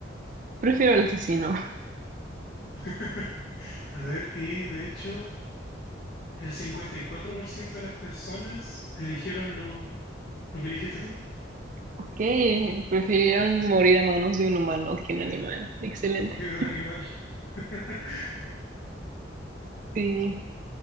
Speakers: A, on the right; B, on the left.
A: prefiero el asesino.
B: <laughs> A ver, y de hecho, el 54% de las personas eligieron lo, lo que elegiste tú,
A: Ok, prefirieron morir a manos de un humano que un animal. Excelente.
B: que de un animal. <laughs>
A: Sí,